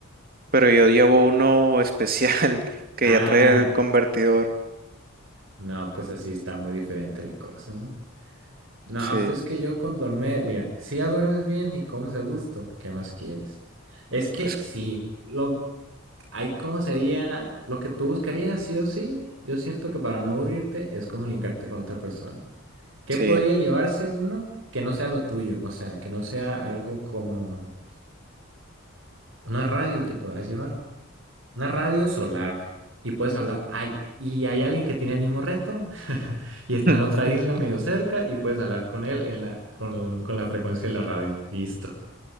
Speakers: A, on the right; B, on the right.
A: Pero yo llevo uno especial <laughs> que
B: Ah,
A: ya trae el convertidor.
B: no, pues así está muy diferente la cosa, ¿no? No,
A: Sí,
B: pero es que yo con dormir, mira, si ya duermes bien y comes a gusto, ¿qué más quieres? Es que
A: pues
B: sí, lo, hay como sería, lo que tú buscarías sí o sí, yo siento que para no aburrirte es comunicarte con otra persona. ¿Qué
A: sí.
B: podría llevarse uno que no sea lo tuyo? O sea, que no sea algo como una radio te podrás llevar. Una radio solar. Y puedes hablar. Ay, y hay alguien que tiene el mismo reto <laughs> y está
A: <laughs>
B: en otra isla medio cerca y puedes hablar con él en la, con, con la frecuencia de la radio. Listo.